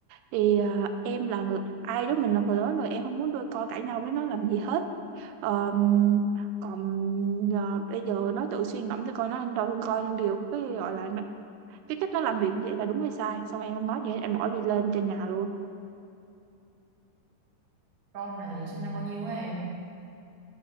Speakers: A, on the right (about 85°); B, on the right (about 60°).
A: thì à, em là người ai đó mình là người đó rồi em không muốn đôi co cãi nhau với nó làm gì hết Ờ, còn ờ, bây giờ nó tự suy ngẫm cho coi nó đâu coi điều cái gọi là nó, cái cách nó làm việc như vậy là đúng hay sai xong em không nói gì hết em bỏ đi lên trên nhà luôn
B: con này sinh năm bao nhiêu á em